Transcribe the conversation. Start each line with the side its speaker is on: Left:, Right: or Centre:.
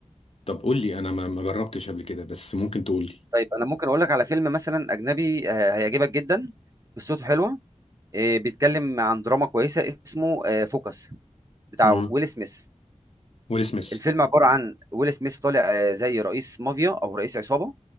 Left: طب قول لي انا ما ما جربتش قبل كده بس ممكن تقول لي
Right: طيب أنا ممكن أقول لك على فيلم مثلا أجنبي آه، هيعجبك جدا قصته حلوة آه، بيتكلم عن دراما كويسة اسمه آه، فوكس بتاع
Left: امم
Right: ويل سميث
Left: ويل سميث
Right: الفيلم عبارة عن ويل سميث طالع آه، زي رئيس مافيا أو رئيس عصابة